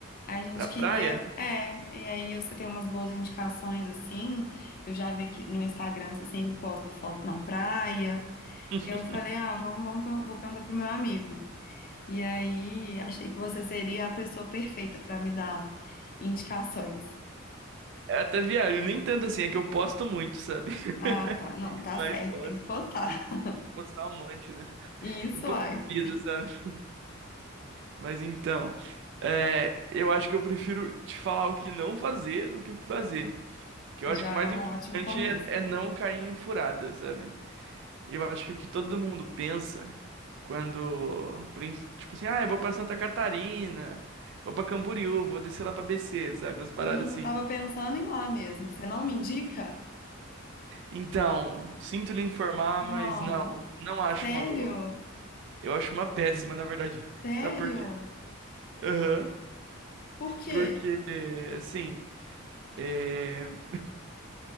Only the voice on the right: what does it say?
pra
praia?
Uhum.
É até viajo, nem tanto assim, é que eu posto muito, sabe?
<laughs>
Mas
posto.
Tem que postar um monte, né?
Um pouco
de vida, sabe? Mas então, é, eu acho que eu prefiro te falar o que não fazer do que o que fazer. Que eu
acho que o mais
importante
é, é não cair em furada, sabe? Eu acho que o que todo mundo pensa quando, prin- tipo assim, ah, eu vou pra Santa Catarina, vou pra Camboriú, vou descer lá pra BC, sabe? Umas paradas
assim.
Então, sinto lhe informar,
mas não, não acho
uma boa. Eu acho uma péssima, na verdade.
Sabe por quê? Aham.
Porque, assim, é,